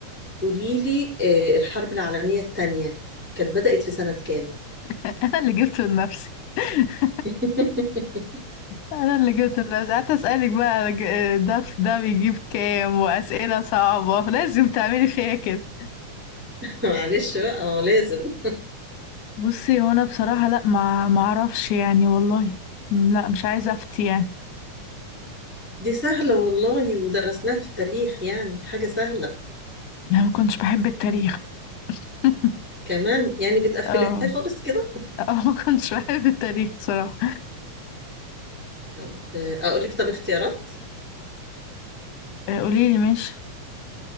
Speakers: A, in the centre; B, on the left.
A: قوليلي آه، الحرب العالمية التانية كانت بدأت في سنة كام؟
B: <laughs> انا اللي جبته لنفسي <laughs>
A: <laughs>
B: انا اللي جبت الناس قعدت اسالك بقى على ج- ده في ده بيجيب كام واسئله صعبه <laughs> لازم تعملي فيها كده
A: معلش بقى هو لازم
B: بصي هو انا بصراحه لا ما ما اعرفش يعني والله م، لا مش عايزه افتي يعني
A: دي سهلة والله ودرسناها في التاريخ يعني حاجة سهلة
B: انا ما كنتش بحب التاريخ <laughs>
A: كمان يعني بتقفلها
B: اه
A: خالص كده
B: اه ما كنتش بحب التاريخ صراحه
A: طب آه، أقول لك طب اختيارات
B: قولي لي ماشي